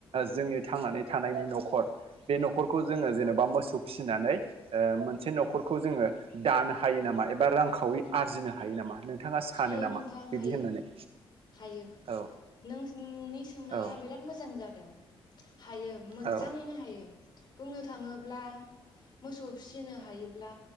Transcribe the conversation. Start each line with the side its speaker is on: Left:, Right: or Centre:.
Right: जोंनि थांनानै थानायनि न'खर बे न'खरखौ जोङो जेनेबा
Left: औ
Right: मोसौ फि फिनानै ओ मोनसे न'खरखौ जोङो दानो हायो नामा एबा रां खावरि आरजिनो हायो नामा नोंथाङा सानो
Left: हायो
Right: नामा
Left: नोंथां
Right: बिदि
Left: हायो
Right: होननानै
Left: हायो
Right: औ
Left: नों नोंनि सोंनाया
Right: औ
Left: बिराद मोजां जादों हायो मोजाङैनो
Right: औ
Left: हायो बुंनो थाङोब्ला मोसौ फिसिनो हायोब्ला